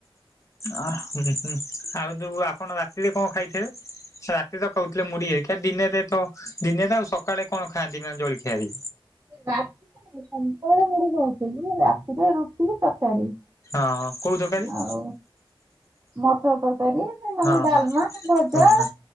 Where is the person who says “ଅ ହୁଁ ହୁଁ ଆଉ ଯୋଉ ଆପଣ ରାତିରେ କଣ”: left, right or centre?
Left